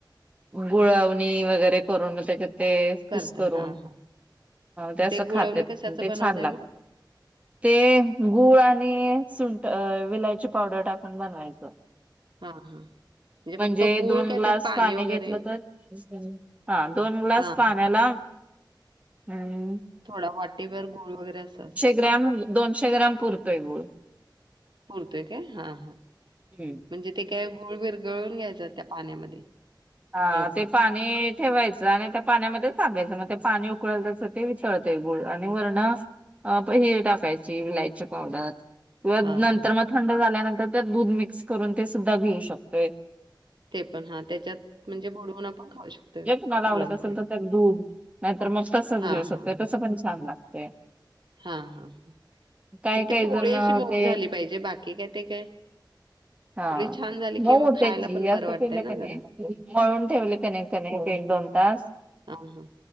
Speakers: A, on the right; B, on the right.
A: गुळावणी वगैरेकरूंन म त्याच्यात. ते
B: करताय.
A: कुस करून
B: हां, हां.
A: ते असं
B: गुळवणी
A: खत्यात
B: कशाचं
A: ते
B: बनवताय
A: छान लागतात!
B: मग?
A: ते गूळ आणि सुंट विलायची पावडर टाकून बनवायच!
B: हां, हां.
A: म्हणजे
B: फक्त गूळ
A: दोन
B: काय
A: ग्लास
B: त्यात
A: पाणी
B: वगैरे?
A: घे घेतल तर हा दोन ग्लास
B: हां,
A: पाण्याला
B: हां.
A: अम्म! !
B: थोडा वाटीभर गोळ वगैरे असतात!
A: ग्रॅम दोनशे ग्रॅम पुरतोय गुळ.
B: पुरत ऐ का हा! !
A: हम्म.
B: म्हणजे ते काय गुळवीर गळून घ्यायचं त्या? पाण्यामध्ये.
A: हा
B: उकळवून.
A: ते पाणी! ठेवायचं आणि त्या पाण्यामध्ये टागायचं मग ते पाणी उकळल तस ते विचळतेय गुळ आणि वर्ण अ प ही टाकायची विलायची पावडर. वयद
B: हां,
A: नंतर
B: हां.
A: मग थंड झाल्यानंतर त्या दूध मिक्स करून ते सुद्धा घीऊ शकतोय.
B: ते पण हा त्याच्यात म्हणजे बुडवून आपण खाऊ शकतोय
A: जे कुणाला
B: पुरणपोळी!
A: आवडत असेल तर त्यात दूध नाहीतर मग तसच
B: हां,
A: घेऊ शक्यात
B: हां, हां.
A: तस पण छान लागतय!
B: हां, हां, हां.
A: कायी
B: मग ती
A: कायी
B: पोळी
A: जण
B: अशी मऊ
A: ते
B: झाली पाहिजे. बाकी काय ते काय
A: हाआ!
B: पोळी छान झाली
A: ! मऊ
B: की मग
A: होत्याची
B: खायला पण
A: असं
B: बरं वाटतंय
A: केलं
B: ना
A: का नाहीय!
B: जरा.
A: म्हळून ठेवल त्याने कनेय एक दोन तास!
B: आ हा हा!